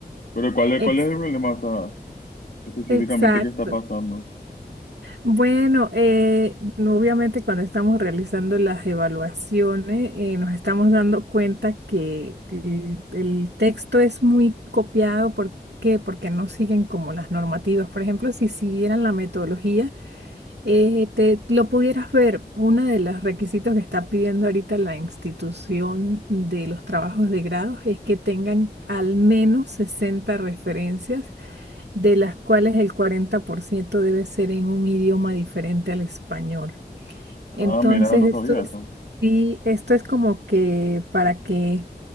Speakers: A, on the left (about 60°); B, on the right (about 85°).
A: Pero ¿cuál es,
B: ex-
A: cuál es el problema, o sea, específicamente
B: exacto.
A: que está pasando?
B: Bueno, eh, no, obviamente cuando estamos realizando las evaluaciones eh, nos estamos dando cuenta que el, el texto es muy copiado. ¿Por qué? Porque no siguen como las normativas. Por ejemplo, si siguieran la metodología, eh, te lo pudieras ver. Uno de los requisitos que está pidiendo ahorita la institución de los trabajos de grado es que tengan al menos sesenta referencias de las cuales el 40% debe ser en un idioma diferente al español.
A: Ah,
B: Entonces,
A: mira, no
B: esto
A: sabía eso.
B: es, y esto es como que para que